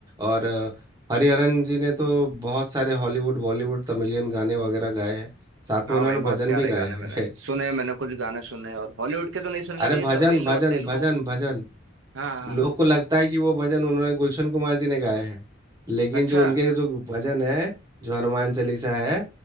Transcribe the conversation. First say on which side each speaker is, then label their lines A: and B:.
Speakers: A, on the right; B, on the right.
A: और अ, हरिहरन जी ने तो बहुत सारे हॉलीवुड बॉलीवुड तमिलियन गाने वगैरह गाए हैं साथ
B: हाँ
A: में उन्होंने
B: भाई बहुत
A: भजन
B: प्यारे
A: भी
B: गाने
A: गाए
B: मैंने
A: हैं
B: सुने मैंने कुछ गाने सुने और हॉलीवुड के तो नहीं सुने लेकिन
A: अरे भजन
B: ये तमिल
A: भजन
B: और तेलुगु
A: भजन भजन
B: हाँ हाँ
A: लोग को लगता है कि वो भजन उन्होंने गुलशन कुमार जी ने गाए हैं लेकिन
B: अच्छा
A: जो उनके जो भजन है जो हनुमान चालीसा है